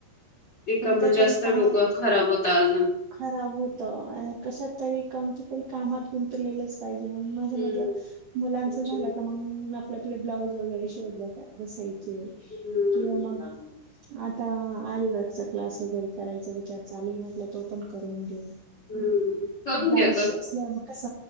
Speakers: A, on the left (about 75°); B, on the right (about 80°).
A: ते
B: कोणत्या
A: काम
B: तरी
A: जास्त
B: कामात
A: डोक खराब होता अजून
B: खराब होत कशात तरी कमत तरी कामात गुंतलेलंच पाहिजे माझं
A: हम्म.
B: माझ मुलांच
A: ऍक्च्युली
B: झालं का मग आपले आपले ब्लाऊज वगैरे शोधत बसायचे
A: हम्म.
B: किं <inaudible> आता आरिवगचा क्लास वगैरे करायचा विचार चालू आहे म्हटलं तो पण करून घेऊ
A: हम्म. करून
B: ब्लाउज
A: घ्या,
B: असणार मग कस